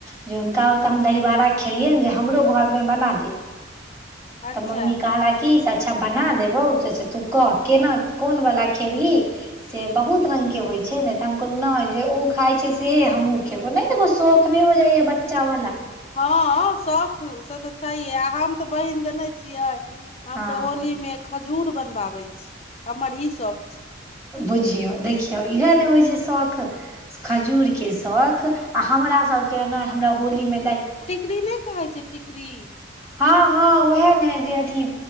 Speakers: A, on the right; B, on the left.
A: जे हुनका ओतऽ हम दहीबड़ा खेलियै जे हमरो घर मे बना दे
B: अच्छा
A: तऽ मम्मी कहलकि से अच्छा बना देबौा तू कह केना कोन वला खेबही से बहुत रंग के होय छै छै नहि त हम कहलहुँ नहि जे ओ खाइ छै से हमहूँ खेबौ नहि तो शौख नहि हो जाइय बच्चावाला
B: हँ शौख से तऽ छैहे आ हम तऽ बहिन ज नहि छियै हम
A: हँ
B: त होली में खजूर बनबाबै छीये हमर ई शौक छै
A: बुझियौ देखियौ इएह ने होइ छै शौख खजूरके शौख आओर हमरा सभके ने हमरा होली मे दही
B: टिकड़ी नहि कहै छिये टिकड़ी।
A: हँ हँ उएह ने जे अथी